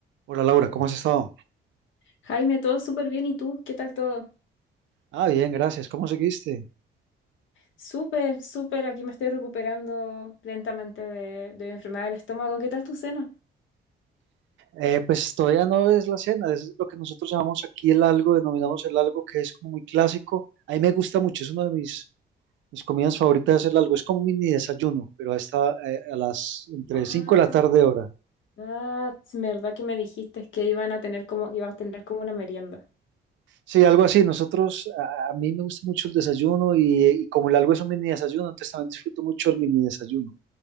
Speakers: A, on the right; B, on the left.
A: Hola Laura, ¿cómo has estado?
B: Jaime, todo súper bien. ¿Y tú? ¿Qué tal todo?
A: Ah, bien, gracias. ¿Cómo seguiste?
B: Súper, súper. Aquí me estoy recuperando lentamente de, de mi enfermedad del estómago. ¿Qué tal tu cena?
A: Eh, pues todavía no es la cena, es lo que nosotros llamamos aquí el algo, denominamos el algo que es como muy clásico. A mí me gusta mucho, es una de mis, mis comidas favoritas el algo. Es como un mini desayuno, pero está eh, a las entre
B: Ah,
A: 5 de la tarde hora.
B: ah, es verdad que me dijiste que iban a tener como, que ibas a tener como una merienda.
A: Sí, algo así. Nosotros, a, a mí me gusta mucho el desayuno y, y como el algo es un mini desayuno, entonces también disfruto mucho el mini desayuno.